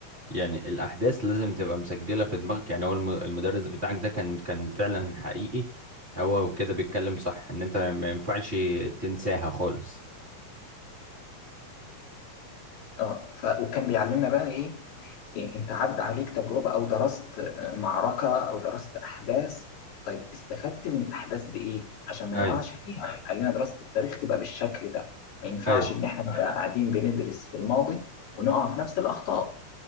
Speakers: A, on the right (about 20°); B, on the left (about 90°).
A: يعني الأحداث لازم تبقى مسجلة في دماغك يعني هو الم- المدرس بتاعك ده كان كان فعلا حقيقي هو كده بيتكلم صح إن أنت ما ينفعش تنساها خالص
B: اه ف... وكان بيعلمنا بقى ايه إيه، انت عدى عليك تجربة او درست آه، معركة او درست احداث طيب استفدت من الاحداث دي ايه عشان ما
A: أيوه
B: نقعش فيها قال لنا دراسة التاريخ تبقى بالشكل ده ما ينفعش
A: أيوه
B: ان احنا نبقى قاعدين بندرس في الماضي ونقع في نفس الاخطاء